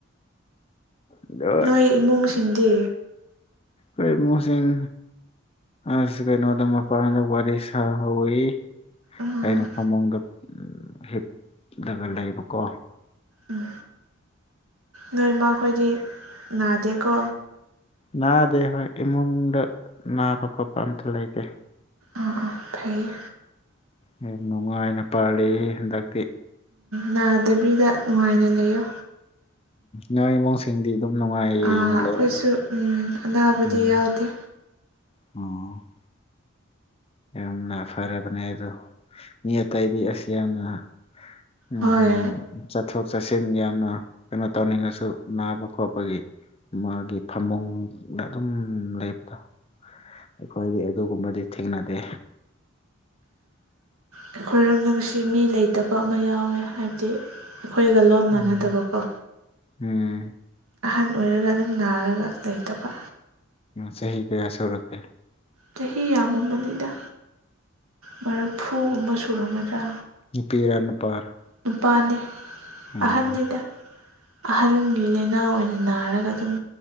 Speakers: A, on the left (about 25°); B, on the right (about 85°).
A: ꯑꯗꯣ
B: ꯅꯣꯏ ꯏꯃꯨꯡꯁꯤꯡꯗꯤ
A: ꯑꯩ <unintelligible> ꯏꯃꯨꯁꯤꯟ ꯑꯁ ꯀꯩꯅꯣꯗ ꯃꯄꯥꯟꯗ ꯋꯥꯔꯤ ꯁꯍꯧꯏ
B: ꯎꯝ
A: ꯑꯩꯅ ꯐꯃꯨꯡꯗ ꯍꯤꯞꯂꯒ ꯂꯩꯕꯀꯣ
B: ꯎꯝ ꯅꯣꯏꯃ ꯑꯩꯈꯣꯏꯗꯤ ꯅꯥꯗꯦꯀꯣ
A: ꯅꯥꯗꯦ ꯍꯣꯏ ꯏꯃꯨꯡꯗ ꯅꯥꯕ ꯈꯣꯠꯄ ꯑꯝꯇ ꯂꯩꯇꯦ
B: ꯑꯥ ꯑꯥ ꯐꯩꯌꯦ
A: ꯌꯥꯝ ꯅꯨꯡꯉꯥꯏꯅ ꯄꯥꯜꯂꯤ ꯍꯟꯗꯛ
B: ꯅꯥꯗꯕꯤꯗ ꯅꯨꯡꯉꯥꯏꯅ ꯂꯩꯌꯣ
A: ꯅꯣꯏ <unintelligible> ꯁꯤꯡꯗꯤ ꯑꯗꯨꯝ ꯅꯨꯡꯉꯥꯏꯅ
B: ꯑꯩꯈꯣꯏꯁꯨ
A: ꯂꯩꯔꯝꯅꯤ
B: ꯑꯅꯥꯕꯗꯤ
A: ꯎꯝ
B: ꯌꯥꯎꯗꯦ
A: <unintelligible> ꯌꯥꯝꯅ ꯐꯔꯕꯅꯦ ꯑꯗꯣ ꯃꯤ ꯑꯇꯩꯗꯤ ꯑꯁ ꯌꯥꯝꯅ ꯎꯝ
B: ꯍꯣꯏ
A: ꯎꯝ ꯆꯠꯊꯣꯛ ꯆꯠꯁꯤꯟ ꯌꯥꯝꯅ ꯀꯩꯅꯣ ꯇꯧꯅꯤꯡꯉꯁꯨ ꯅꯥꯕ ꯈꯣꯠꯄꯒꯤ ꯃꯥꯒꯤ ꯐꯃꯨꯡꯗ ꯑꯗꯨꯝ ꯂꯩꯕꯗꯣ ꯑꯩꯈꯣꯏꯗꯤ ꯑꯗꯨꯒꯨꯝꯕꯗꯤ ꯊꯦꯡꯅꯗꯦ
B: ꯑꯩꯈꯣꯏꯔꯣꯗꯝꯪꯁꯤ ꯃꯤ ꯂꯩꯇꯕ ꯑꯃ ꯌꯥꯎꯋꯦ ꯍꯥꯏꯕꯗꯤ ꯑꯩꯈꯣꯏꯒ ꯂꯣꯟ
A: ꯎꯝ
B: ꯃꯥꯟꯅꯗꯕꯀꯣ
A: ꯎꯝ
B: ꯑꯍꯟ ꯑꯣꯏꯔꯒ ꯑꯗꯨꯝ ꯅꯥꯔꯒ ꯂꯩꯇꯕ
A: ꯆꯍꯤ ꯀꯌꯥ ꯁꯨꯔꯛꯀꯦ
B: ꯆꯍꯤ ꯌꯥꯝꯃꯃꯅꯤꯗ ꯃꯔꯐꯨ ꯑꯃ ꯁꯨꯔꯝꯒꯗ꯭ꯔꯥ
A: ꯅꯨꯄꯤꯔ ꯅꯨꯄꯥꯔ
B: ꯅꯨꯄꯥꯅꯤ
A: ꯎꯝ
B: ꯑꯍꯟꯅꯤꯗ ꯑꯍꯟꯒꯤ ꯂꯥꯏꯅꯥ ꯑꯣꯏꯅ ꯅꯥꯔꯒ ꯑꯗꯨꯝ